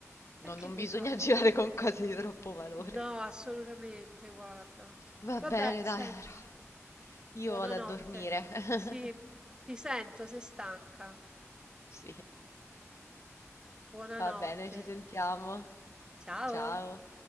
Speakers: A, on the left; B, on the right.
A: non,
B: E che
A: non
B: vuoi
A: bisogna
B: fare?
A: <laughs> girare con cose di troppo valore.
B: No, assolutamente, guarda.
A: Va
B: Vabbè,
A: bene,
B: senti.
A: dai, allora.
B: Buonanotte.
A: Io vado a dormire. <laughs>
B: Sì, ti sento, sei stanca.
A: Sì.
B: Buonanotte.
A: Va bene, ci sentiamo.
B: Ciao.
A: Ciao.